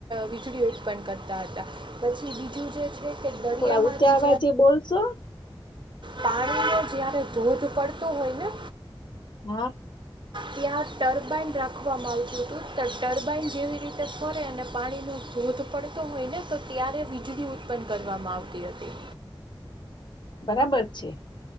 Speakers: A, on the right; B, on the left.
A: વીજળી ઉત્પન્ન કરતા હતા પછી બીજું જે છે કે દરિયામાંથી
B: થોડા ઊંચા આવા જે બોલશો
A: પાણી નો જયારે ધોધ પડતો હોય ને
B: <inaudible>
A: ત્યાં ટર્બાાઈન રાખવામાં આવતું હતું તો ટર્બાાઈન જેવી રીતે ફરે અને પાણીનો ધોધ પડતો હોય ને તો ત્યારે વીજળી ઉત્પન્ન કરવામાં આવતી હતી
B: બરાબર છે